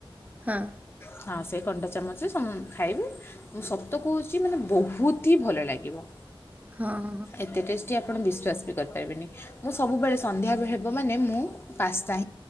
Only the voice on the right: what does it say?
ହଁ।
ହଁ, ହଁ, ହଁ।